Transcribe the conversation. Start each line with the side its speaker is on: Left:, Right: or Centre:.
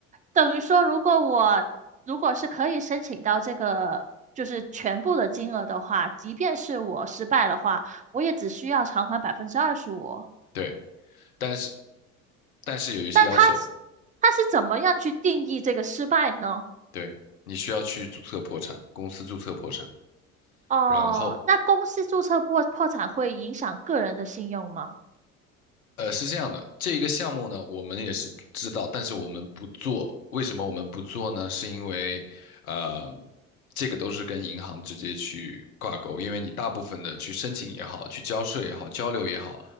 Right: 等于说如果我如果是可以申请到这个就是全部的金额的话，即便是我失败的话，我也只需要偿还百分之二十五。
Left: 对，但是但是有一些要求，
Right: 但他他是怎么样去定义这个失败呢？
Left: 对，你需要去注册破产，公司注册破产，
Right: 哦，
Left: 然后
Right: 那公司注册破破产会影响个人的信用吗？
Left: 呃，是这样的，这个项目呢，我们也是知道，但是我们不做。为什么我们不做呢？是因为，呃，这个都是跟银行直接去挂钩，因为你大部分的去申请也好，去交税也好，交流也好，